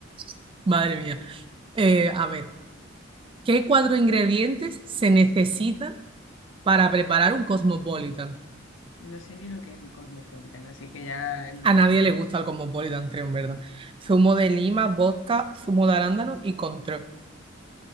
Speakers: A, on the right; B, on the left.
A: <laughs> Madre mía. Eh, a ver, ¿Qué cuatro ingredientes se necesitan para preparar un cosmopolitan?
B: No sé ni lo que es un cosmopolitan, así que ya hemos
A: A
B: respondido.
A: nadie le gusta el cosmopolitan, creo, en verdad. Zumo de lima, vodka, zumo de arándano y control.